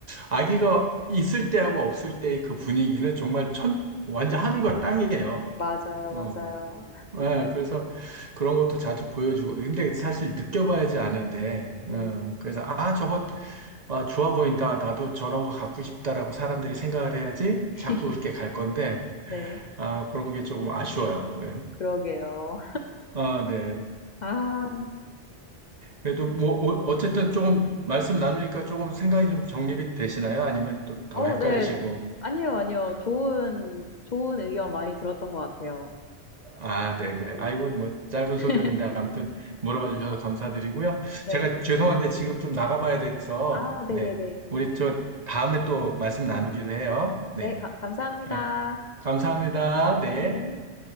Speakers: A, on the right; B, on the left.
A: 아기가 있을 때하고 없을 때의 그 분위기는 정말 천, 완전 하늘과 땅이에요.
B: 맞아요,
A: 어.
B: 맞아요.
A: 예, 그래서 그런 것도 자주 보여주고 근데 사실 느껴봐야지 아는데 어,
B: 음.
A: 그래서 아 저거 아, 좋아 보인다. 나도 저런 거 갖고 싶다라고 사람들이 생각을 해야지
B: <laughs>
A: 자꾸 그렇게 갈 건데,
B: 네.
A: 아, 그런 게 조금 아쉬워요. 예.
B: 그러게요.
A: 아, 네.
B: 아.
A: 그래도 뭐 오- 어쨌든 조금 말씀 나누니까 조금 생각이 좀 정립이 되시나요? 아니면 또 더
B: 어
A: 헷갈리시고
B: 네. 아니요, 아니요. 좋은 좋은 의견 많이 들었던 것 같아요.
A: 아, 네,
B: 음.
A: 그래. 아이고 뭐 짧은
B: <laughs>
A: 소견인데 아무튼 물어봐 주셔서 감사드리고요.
B: 네.
A: 제가 죄송한데 지금 좀 나가봐야 돼서
B: 아 네네네.
A: 네, 우리 저 다음에 또 말씀 나누기로 해요. 네,
B: 네. 가 감사합니다.
A: 네. 감사합니다. 네.
B: 네.